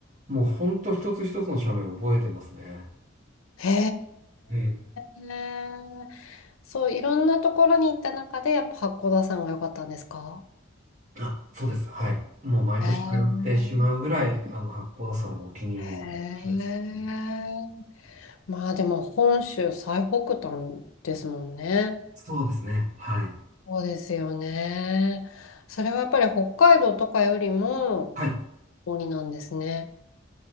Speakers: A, on the right (about 40°); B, on the left (about 85°).
A: もう本当一つ一つの斜面を覚えてますね。
B: へ
A: ええ
B: え。そう、いろんなところに行った中で、やっぱ八甲田山が良かったんですか
A: あ、そうです。はい。もう毎年通ってしまうぐらい、
B: へえ。
A: あの、八甲田山はお気に入りの場所ですね。
B: へえ。まあでも、本州最北端ですもんね。
A: そうですね。はい。
B: そうですよね。それはやっぱり北海道とかよりも、
A: はい。
B: 鬼なんですね。